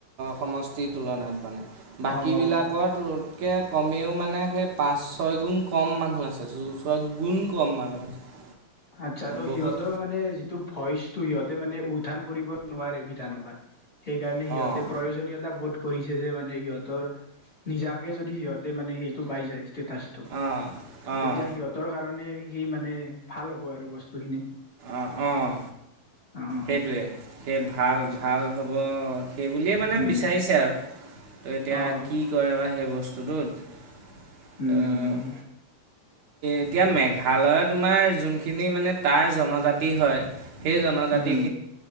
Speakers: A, on the right (about 65°); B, on the left (about 35°).
A: সমষ্টিৰ তুলনাত মানে বাকীবিলাকৰ
B: অ'।
A: <unintelligible> আমিও মানে সেই পাঁচ ছয় গুণ কম মানুহ আছে ছয় গুণ কম মানুহ আছে
B: আচ্ছা ত'
A: বহুত
B: সিহঁতৰ মানে যিটো ভইচ সিহঁতে মানে উদ্ধান কৰিব নোৱাৰে বিধানসভাত। সেইকাৰণে সিহঁতে
A: অঁ
B: প্ৰয়োজনীয়তা বহুত কৰিছে যে মানে সিহঁতৰ নিজাকে যদি সিহঁতে মানে সেইটো পাই যায় ষ্টেচটো
A: অঁ
B: ত
A: অঁ
B: তেতিয়া সিহঁতৰ কাৰণে সেই মানে ভাল হ'ব আৰু বস্তুখিনি
A: আহঁ, অঁ।
B: অ'।
A: সেইটোৱে সেই ভাল
B: আচ্ছা
A: ভাল হ'ব সেই বুলিয়ে মানে
B: উম,
A: বিচাৰিছে আৰু তো এতিয়া
B: অ',
A: কি কৰে। তই সেই বস্তুটোত।
B: উম,
A: তো
B: উম, উম।
A: এতিয়া মেঘালয়ত তোমাৰ যোনখিনি মানে তাৰ জনজাতি হয়। সেই জনজাতি।
B: উম,